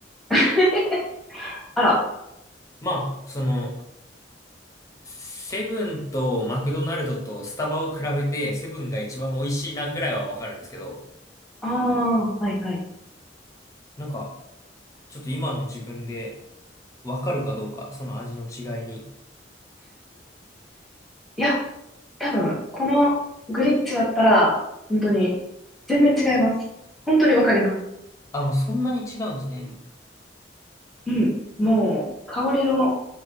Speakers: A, in the centre; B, on the left.
A: <laughs> あら、
B: まあ、その、セブンとマクドナルドとスタバを比べて、セブンが一番美味しいなぐらいはわかるんですけど、
A: ああ、はいはい。
B: なんか、ちょっと今の自分でわかるかどうか、その味の違いに。
A: いや多分、このグリッチだったら、本当に、全然違います。本当にわかります。
B: あ、もうそんなに違うんですね。
A: うん。もう、香りの、